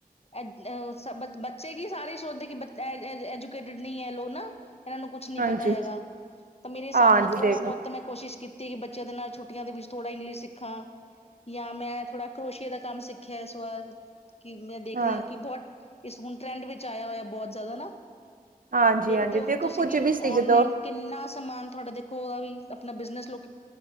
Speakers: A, on the left; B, on the right.
A: ਏਦ ਅਅ ਸਬਦ ਸਬ ਬੱਚੇ ਕੀ ਸਾਰੇ ਹੀ ਸੋਚਦੇ ਕੀ ਬਚ ਐਐਐ ਐਜੂਕੇਟਡ ਨਹੀਂ ਏ ਲੋਕ ਨਾ। ਇਹਨਾਂ ਨੂੰ ਕੁਛ ਨੀ
B: ਹਾਂਜੀ
A: ਪਤਾ ਹੈਗਾ, ਤਾਂ ਮੇਰੇ ਹਿਸਾਬ
B: ਹਾਂਜੀ
A: ਨਾਲ
B: ਦੇਖੋ
A: ਥੋੜ੍ਹਾ ਬਹੁਤ ਮੈਂ ਕੋਸ਼ਿਸ਼ ਕੀਤੀ। ਕਿ ਬੱਚਿਆਂ ਦੇ ਨਾਲ ਛੁੱਟੀਆਂ ਦੇ ਵਿੱਚ ਥੋੜ੍ਹਾ ਇੰਗਲਿਸ਼ ਸਿੱਖਾਂ। ਜਾਂ ਮੈਂ, ਥੋੜਾ ਕਰੋਸ਼ੀਏ ਦਾ ਕੰਮ ਸਿੱਖਿਆ ਇਸ ਵਾਰ। ਕਿ ਮੈਂ ਦੇਖ
B: ਹਾਂ
A: ਰੀ ਆ ਕੀ ਬੋ ਇਸ ਹੁਣ ਟਰੈਂਡ ਵਿੱਚ ਆਇਆ ਹੋਇਆ ਬਹੁਤ ਜਾਦਾ ਨਾ
B: ਹਾਂਜੀ
A: ਦੇਖਦੇ
B: ਹਾਂਜੀ
A: ਓਗੇ
B: ਦੇਖੋ
A: ਤੁਸੀਂ
B: ਕੁੱਝ
A: ਕਿ
B: ਵੀ
A: ਔਨਲਾਈਨ
B: ਸਿੱਖਦੋ
A: ਕਿੰਨਾ ਸਮਾਨ ਥੋੜਾ ਦੇਖੋ ਓਦਾ ਵੀ ਆਪਣਾ ਬਿਜਨਸ ਲੌ